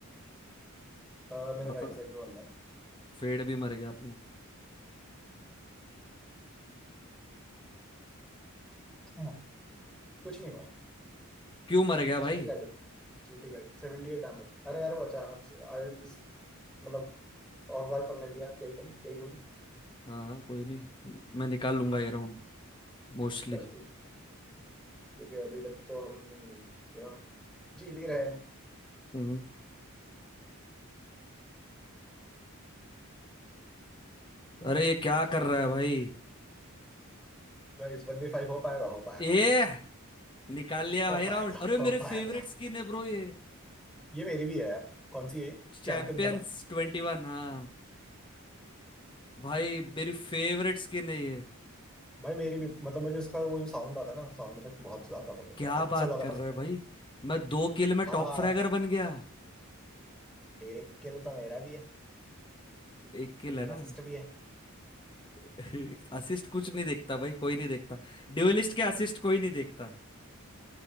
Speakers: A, in the centre; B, on the left.
A: आ, मेरे राइट
B: अपन
A: साइड पे बनना
B: फेड भी मर गया अपना
A: है। कुछ नहीं हुआ
B: क्यों मर गया भाई
A: चीटी गाड़ी चीटी गाड़ी 78 डैमेज अरे यार वो अचानक से आई जस्ट मतलब ऑफ गार्ड पकड़ लिया क्या ही करूं क्या ही बोलूं
B: हाँ हाँ कोई नहीं मैं निकाल लूंगा ये राउंड मोस्टली
A: डन सी क्योंकि अभी तक तो हम यू नो जीत ही रहे हैं
B: हम्म अरे ये क्या कर रहा है भाई
A: गाइस 1v5 हो पाएगा हो पाएगा
B: ए निकाल लिया
A: हो
B: भाई राउंड
A: पाएगा
B: अरे
A: हो
B: मेरे
A: पाएगा
B: फेवरेट स्किन है ब्रो ये
A: ये मेरी भी है यार कौन सी है
B: चैंपियंस
A: चैंपियंस है ना
B: ट्वेंटी वन हाँ भाई मेरी फेवरेट स्किन है ये।
A: भाई मेरी भी मतलब मुझे उसका वो जो साउंड आता है ना साउंड इफेक्ट बहुत ज्यादा पसंद
B: क्या
A: है हद
B: बात
A: से ज्यादा
B: कर रहे
A: पसंद
B: हो
A: है
B: भाई
A: भाई।
B: मैं दो किल में
A: हाँ
B: टॉप फ्रैगर बन गया
A: एक किल तो मेरा भी है
B: एक किल है
A: एक असिस्ट
B: ना
A: भी है
B: <laughs> असिस्ट कुछ नहीं देखता भाई कोई नहीं देखता ड्यूलिस्ट के असिस्ट कोई नहीं देखता